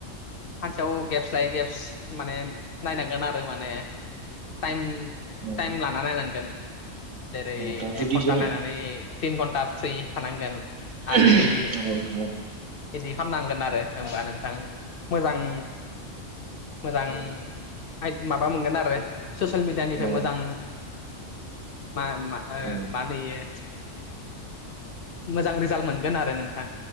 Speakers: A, on the left; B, on the right.
A: सानसेयाव गेप्स लायै गेब्स माने नायनांगोन आरो माने टाइम
B: नंगौ
A: टाइम लाना नायनांगोन जेरै
B: नोंथां जुदि
A: एक घन्टा
B: जों
A: नायनानै तिन घन्टा फ्रि थानांगोन।
B: <unintelligible>
A: आरो इदि इदि खालामनांगोन आरो होमबा नोंथां मोजां मोजां <unintelligible> माबा मोनगोन आरो ससियेल मिडियानिफ्राय
B: नंगौ
A: मोजां मा मा ओ
B: नंगौ।
A: मा होनो इयो? मोजां रिजाल्ट मोनगोन आरो नोंथां